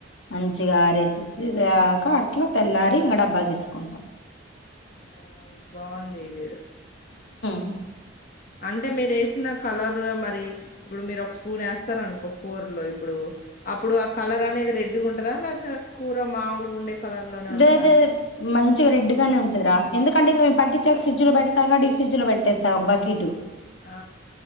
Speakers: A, on the left (about 80°); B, on the left (about 45°).
A: మంచిగా
B: ఆ
A: ఆరేసేసిసి దాక అట్లా, తెల్లారి ఇంగ డబ్బాకి ఎత్తుకుంటాం.
B: ఆ ఇది బావుంది ఇదేదొ.
A: బ <inaudible>
B: అంటే మీరేసిన కలర్ మరి, ఇప్పుడు మీర్ ఒక స్పూన్ ఏస్తారనుకో కూరలో ఇప్పుడు, అప్పుడు ఆ కలర్ అనేది రెడ్ గుంటదా, లేకపోతే కూర మాములుగా ఉండే, కలర్ లోనే ఉంటదా
A: దేదే, మంచిగా రెడ్ గానే ఉంటదిరా, ఎందుక్ కంటే ఇంగా మేము పట్టించాక ఫ్రిడ్జ్ లో పెడ్తాగా. డీప్ ఫ్రిడ్జ్ లో పెట్టేస్తా ఒక బకీటు.
B: ఆ.